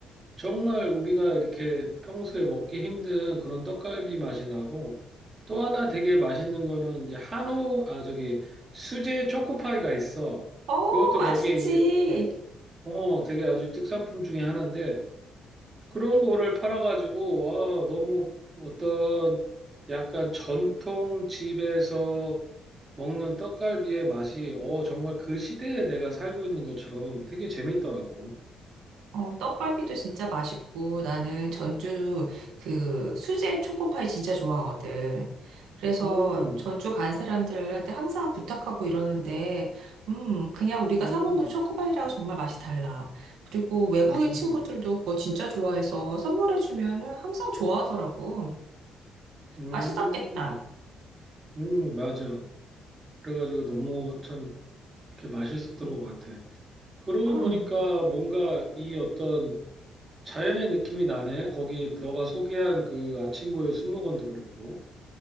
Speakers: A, on the right; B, on the right.
A: 정말 우리가 이렇게 평소에 먹기 힘든 그런 떡갈비 맛이 나고 또 하나 되게 맛있는 거는 이제 한우, 아, 저기 수제 초코파이가 있어.
B: 어,
A: 그것도
B: 맛있지.
A: 거기에 이제 되게, 어, 되게 아주 특산품 중에 하나인데 그런 거를 팔아가지고 와, 너무 어떤 약간 전통 집에서 먹는 떡갈비의 맛이 어, 정말 그 시대에 내가 살고 있는 것처럼 되게 재밌더라고.
B: 어, 떡갈비도 진짜 맛있고 나는 전주 그 수제 초코파이 진짜 좋아하거든. 그래서
A: 음,
B: 전주 간 사람들한테 항상 부탁하고 이러는데, 음, 그냥 우리가
A: 음,
B: 사 먹는 초코파이랑 정말 맛이 달라. 그리고 외국인
A: 음.
B: 친구들도 그거 진짜 좋아해서 선물해주면은 항상 좋아하더라고.
A: 음,
B: 맛있었겠다.
A: 음, 맞아. 그래가지고 너무 참 이렇게 맛있었던 것 같아. 그러고
B: 음.
A: 보니까 뭔가 이 어떤 자연의 느낌이 나네. 거기 너가 소개한 그 아침고요 수목원도 그렇고.